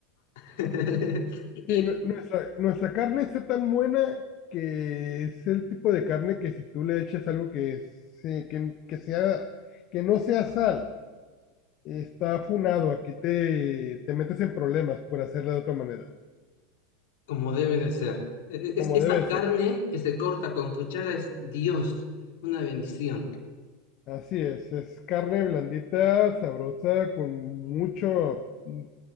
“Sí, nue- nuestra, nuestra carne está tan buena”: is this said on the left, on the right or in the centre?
Left